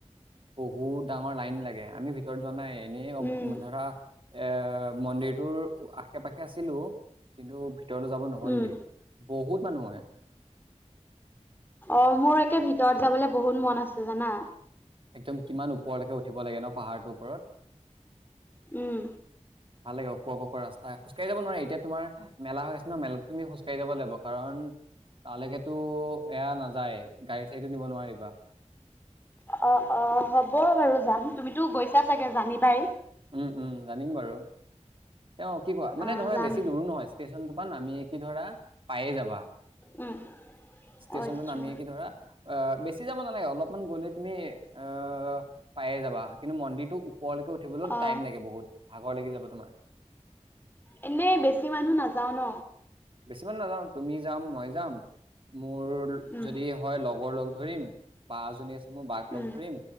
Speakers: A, on the right; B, on the left.
A: বহুত ডাঙৰ লাইন লাগে। আমি ভিতৰত যোৱা নাই। এনেই
B: উম
A: ধৰা এ মন্দিৰটোৰ আশে পাশে আছিলো কিন্তু তেওঁ যাব নহ'লগে
B: উম
A: বহুত মানুহয়
B: অ মোৰ একে ভিতৰত যাবলে বহুত মন আছে জানা
A: একদম কিমান ওপৰলৈকে উঠিব লাগে ন পাহাৰটোোক
B: উম
A: ভাল লেওকোৱা পকা ৰা্তা খোকাঢ় যাবোৱাৰে এতিাতো তোমাৰ মেলা হৈছে ন মেলাত তুমি খোজ কাঢ়ি যাব লাগিব কাৰণ তালৈকেতো এয়া নাযায় গাড়ী চাড়ীটো নিব নোৱাৰিবা
B: অ অ হ'ব বাৰু যাম তুমিতো গৈছা চাগে জানিবাই
A: উম উম জানিম বাৰু তেওঁ কি কোৱা মানে
B: অ
A: ধৰা
B: যাম
A: বেছি দূৰো নহয় ষ্টেচন নামিয় কি ধৰা পায়ে যাবা
B: উম
A: ষ্টেচনতটো
B: আচ্ছা
A: নামিয়ে কি ধৰা অ বেছি যাব নালাগে অলপমান গ'লে তুমি আহ পায়ে যাবা কিন্তু মন্দিৰটো ওপৰলৈকে উঠিবলৈও
B: অ
A: টাইম লাগে বহুত ভাগৰ লাগি যাব তোমাৰ
B: এনে বেছি মানুহ নাযাও ন
A: বেছি মানুহ নাযাওঁ তুমি যাম মই যাম। মোৰ
B: উম
A: যদি হয় লগৰ লগ ধৰিম বা এজনী আছে মই বাক
B: উম
A: লগ ধৰিম